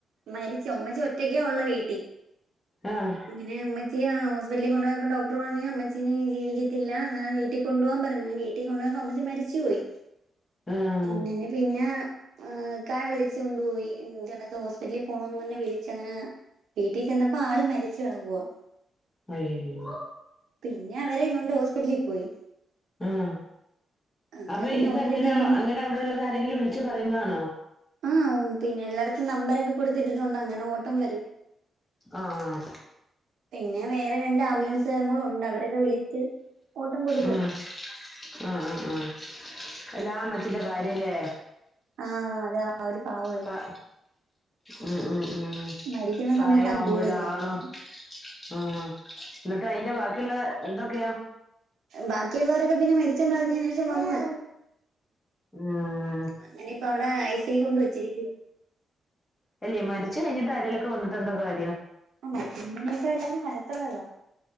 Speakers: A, on the right; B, on the left.
A: മരിച്ച് അമ്മച്ചി ഒറ്റയ്ക്കെ ഒള്ളു വീ
B: ആഹ്
A: അങ്ങനെ ഇമ്മച്ചിയെ ആഹ് ഹോസ്പിറ്റലില് കൊണ്ടോയപ്പൊ ഡോക്ടർ പറഞ്ഞു ഇമ്മച്ചിനി ജീവിക്കത്തില്ല അങ്ങനെ വീട്ടി കൊണ്ടുപോവാൻ പറഞ്ഞു പിന്നെ വീട്ടി കൊണ്ടോയപ്പൊ അമ്മച്ചി മരിച്ചു പോയി
B: ആഹ്
A: അങ്ങനെ പിന്നേ ഏഹ് ഇക്കായെ വിളിച്ച് കൊണ്ടു പോയി. <unintelligible> ഹോസ്പിറ്റലി പോണോന്നും പറഞ്ഞ് വിളിച്ചങ്ങനെ വീട്ടി ചെന്നപ്പൊ ആള് മരിച്ച് കിടക്കുവാ
B: അയ്യോ
A: പിന്നെ അവരേം കൊണ്ട് ഹോസ്പിറ്റലിൽ പോയി
B: ആഹ്
A: അങ്ങനെ
B: അപ്പൊ
A: പിന്നെ
B: ഇതെങ്ങനെ
A: ഹോസ്പിറ്റലിൽ കൊണ്ട്
B: അങ്ങനെ അവിടെള്ളത് ആരെങ്കിലും വിളിച്ച് പറയുന്നാണോ
A: ആഹ് ഓഹ് പിന്നെ എല്ലാടത്തും നമ്പറൊക്കെ കൊടുത്തിട്ടിട്ടുണ്ട് അങ്ങനെ ഓട്ടം വരും
B: ആഹ്
A: പിന്നെ വേറെ രണ്ട് ആംബുലൻസുകാരും കൂടെ ഒണ്ട് അവരൊക്കെ വിളിച്ച് ഓട്ടം കൊടുക്കും
B: ആഹ് ആഹ് ആഹ് ആഹ് എല്ലാ ഇമ്മച്ചിന്റെ കാര്യംല്ലേ
A: ആഹ് <unintelligible> അവര് പാവാ
B: പ്രാ ഉം ഉം ഉം
A: മരിക്കുന്ന
B: പ്രായവുമ്പൊ
A: സമയത്ത് ആരും കൂടെ
B: ഒരാളും
A: ഇല്ലായിരുന്നു
B: ആഹ് എന്നിട്ട് അയിന്റെ ബാക്കിയൊള്ള ഇതൊക്കെയോ
A: ബാക്കിയുള്ളോരൊക്കെ പിന്നെ മരിച്ചെന്നറിഞ്ഞേനേഷം വന്ന്
B: ആഹ്
A: അങ്ങനെ ഇപ്പൊ അവടെ ഐ സി യുവിൽ കൊണ്ട് വെച്ചിരിക്കുവാ
B: അല്ലേ മരിച്ച് കയിഞ്ഞിട്ട് ആരേലുവൊക്കെ വന്നിട്ടെന്താ കാര്യം
A: ആഹ് മരിച്ച് കയിഞ്ഞീനേഷേ എല്ലാരും വരത്തൊള്ളല്ലോ